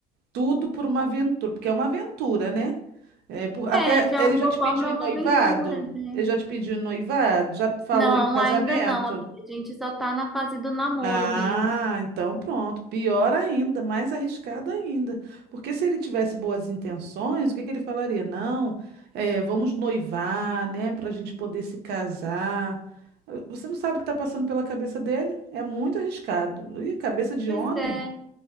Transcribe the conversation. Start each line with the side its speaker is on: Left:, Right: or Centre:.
Right: tudo por uma aventura, porque é uma aventura, né? É, por- até
Centre: É, de
Right: ele
Centre: alguma
Right: já te
Centre: forma
Right: pediu
Centre: é
Right: em
Centre: uma
Right: noivado?
Centre: aventura, né?
Right: Ele já te pediu em noivado? Já falou
Centre: Não,
Right: em casamento?
Centre: ainda não, amiga. A gente só tá na fase do namoro
Right: Ah,
Centre: mesmo.
Right: então pronto. Pior ainda, mais arriscado ainda. Porque se ele tivesse boas intenções, o que que ele falaria? Não, eh, vamos noivar, né, para a gente poder se casar. Eh, Você não sabe o que está passando pela cabeça dele? É muito arriscado. E cabeça de
Centre: Pois
Right: homem,
Centre: é,